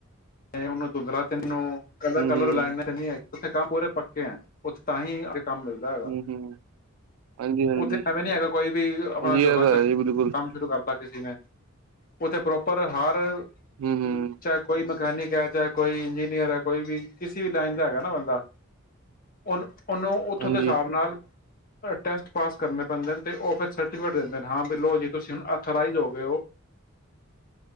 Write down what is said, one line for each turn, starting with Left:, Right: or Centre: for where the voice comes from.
Left: ਤੇ ਉਹਨੂੰ ਦੁੰਦਰਾ ਤਿੰਨ ਨੂੰ ਕਲਰ-ਕਲਰ
Right: ਹੂੰ-ਹੂੰ,
Left: ਲਾਣਾ ਨਹੀਂ ਹੈ। ਉੱਥੇ ਕੰਮ ਪੂਰੇ ਪੱਕੇ ਹੈ, ਉੱਥੇ ਤਾਂ ਹੀ ਕੰਮ ਮਿਲਦਾ ਹੈਗਾ
Right: ਹੂੰ-ਹੂੰ, ਹਾਂਜੀ-ਹਾਂਜੀ।
Left: ਉੱਥੇ ਐਵੇਂ ਨੀ ਹੈਗਾ ਕੋਈ ਵੀ ਆਪਣਾ
Right: ਹਾਂਜੀ
Left: ਝੋਲਾ
Right: ਐ ਤਾਂ
Left: ਚੱਕ
Right: ਹੈ ਜੀ ਬਿਲਕੁਲ
Left: ਕੰਮ ਸ਼ੁਰੂ ਕਰਤਾ ਕਿਸੇ ਨੇ ਉੱਥੇ ਪ੍ਰੋਪਰ ਹਰ ਹਂ,
Right: ਹੂੰ-ਹੂੰ,
Left: ਚਾਹੇ ਕੋਈ ਮ ਮਕੇਨਿਕ ਐ, ਚਾਹੇ ਕੋਈ ਇੰਜੀਨੀਅਰ ਐ, ਕੋਈ ਵੀ ਕਿਸੇ ਵੀ ਲਾਈਣ ਦਾ ਹੈਗਾ ਨਾਂ ਬੰਦਾ ਉਹਣੂ ਉਹਨੂੰ ਉੱਥੋਂ
Right: ਹਾਂਜੀ,
Left: ਦੇ ਹਿਸਾਬ ਨਾਲ ਟੇਸਟ ਪਾਸ ਕਰਨੇ ਪੈਂਦੇ ਨੇਂ ਉਹ ਫਿਰ ਸਰਟੀਫਿਕੇਟ ਦਿੰਦੇਾਂ ਨੇਂ। ਜੀ ਤੁਸੀਂ ਅਥੋਰਾਈਜ ਹੋ ਗਏ ਔ।